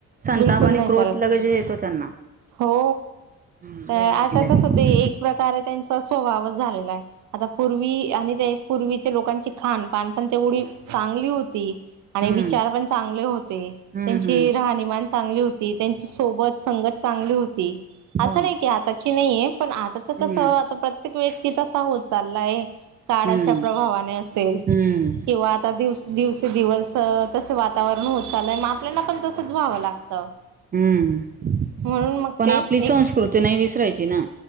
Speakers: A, on the right; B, on the right.
A: संताप
B: बिलकुल
A: आणि
B: नाही
A: क्रोध
B: करत
A: लगेच येतो त्यांना.
B: हो
A: हम्म
B: तर
A: बोललं
B: आता
A: की लगेच.
B: कस ते एक प्रकारे त्यांच स्वभावच झालेला आहे आता पूर्वी आणि ते पूर्वीच्या लोकांची खानपान पण तेवढी चांगली होती.
A: हम्म
B: चार पण चांगले होते
A: हम्म
B: त्यांची
A: हम्म
B: राहनीमान चांगली होती त्यांची स्वः सोबत संगत चांगली होती. असं
A: हो ना
B: नाही की आताची नाहीये पण आताच कस
A: हम्म
B: आता प्रत्येक व्यक्ती तसा होत चाललाय काळाच्या
A: हम्म
B: प्रभावाने असेल
A: हम्म
B: किंवा आता दिवसा दिवसे दिवस तस वातावरण होत चाललय मग आपल्याना पण तसंच व्हावं लागतं.
A: हम्म
B: म्हणून मग
A: पण
B: ते
A: आपली संस्कृती
B: एक
A: नाही विसरायची ना.